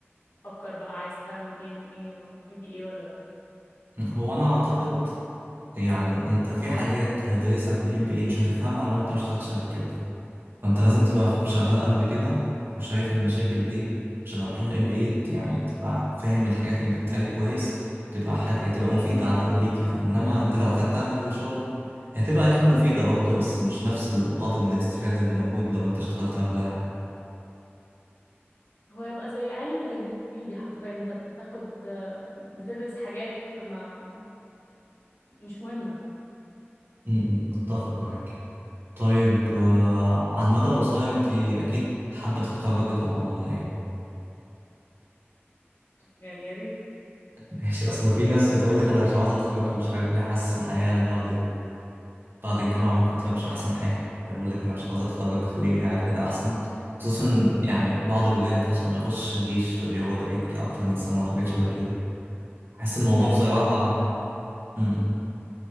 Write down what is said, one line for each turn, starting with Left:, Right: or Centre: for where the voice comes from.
Left: فكر بقى عايز تعمل بي ام اي ولا ام بي اي ولا لا.
Right: م. هو انا اعتقد يعني انت في حاجات هتدرسها في الام بي اي مش هتفهمها لو انت ما اشتغلتش قبل كده فانت لازم تبقى شغال قبل كده وشايف المشاكل دي عشان لما تروح الام بي اي يعني تبقى فاهم الحاجات اللي بتتقال كويس وتبقى حاجة تبقى مفيدة على- ليك يعني انما انت لو اخدتها من غير شغل هي هتبقى اكيد مفيدة برضه بس مش نفس القدر من الاستفادة اللي موجود لو انت اشتغلت قبلها يعني
Left: هو يبقى زي علم تجريدي حرفيا انت بتاخد بتدرس حاجات ما مش مهمة
Right: م- م، اتفق معاك طيب آه، على المدى القصير انت اكيد حابة تتخرجي طبعا ولا ايه؟
Left: يعني يا ريت
Right: <laughs> ماشي اصل في ناس بتقول لك انا مش عاوز اتخرج مش عارف ليه حاسس الحياة يعني بعد بعد الجامعة ممكن تبقى مش أحسن حاجة فيقول لك أنا مش عاوز أتخرج خليني قاعد كده أحسن خصوصا يعني بعض الولاد أصلا ما يخش الجيش فبيقعد يعيد أكتر من سنة وحاجات شبه كده أحس الموضوع
Left: آه،
Right: بصراحة
Left: هو انا فترة
Right: م- م.